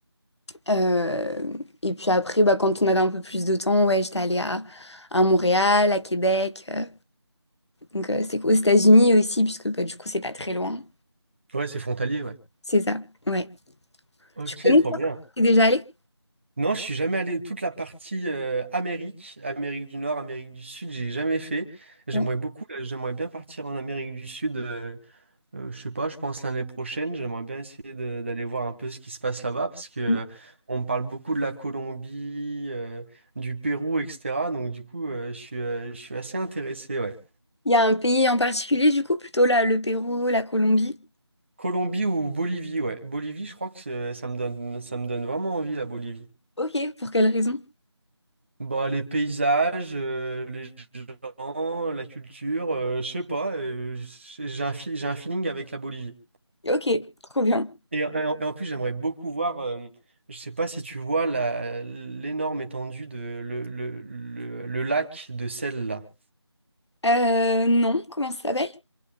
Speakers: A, on the left; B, on the right.
A: Euh, et puis après, bah, quand on avait un peu plus de temps, ouais, j'étais allée à à Montréal, à Québec. euh, donc, euh, c'est aux États-Unis aussi, puisque bah, du coup, c'est pas très loin.
B: Ouais, c'est frontalier, ouais.
A: C'est ça, ouais.
B: Ok,
A: Tu connais,
B: trop
A: toi,
B: bien.
A: t'es déjà allé?
B: Non, je suis jamais allé toute la partie euh, Amérique, Amérique du Nord, Amérique du Sud, j'ai jamais fait. J'aimerais
A: Ouais.
B: beaucoup, là, j'aimerais bien partir en Amérique du Sud. euh, euh, je sais pas, je pense l'année prochaine, j'aimerais bien essayer de- d'aller voir un peu ce qui se passe là-bas parce que euh,
A: Il
B: on me parle beaucoup de la Colombie, euh, du Pérou, etc. Donc du coup, euh, je suis, euh, je suis assez intéressé, ouais.
A: y a un pays en particulier, du coup, plutôt là, le Pérou, la Colombie.
B: Colombie ou Bolivie, ouais. Bolivie, je crois que c'est- ça me donne, ça me donne vraiment envie la Bolivie.
A: Ok, pour quelle raison?
B: Bah, les paysages, euh, les gens, la culture, euh, je sais pas, euh, j'ai j'ai un, feel- j'ai un feeling avec la Bolivie.
A: Ok, trop bien.
B: Et, en, et en, et en plus, j'aimerais beaucoup voir, euh, je sais pas si tu vois la, l'énorme étendue de le, le, le, le lac de sel là.
A: Euh, non, comment ça s'appelle?